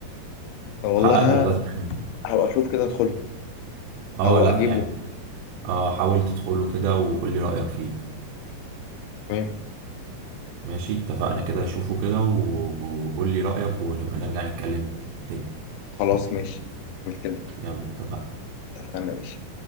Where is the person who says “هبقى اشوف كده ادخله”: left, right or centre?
Left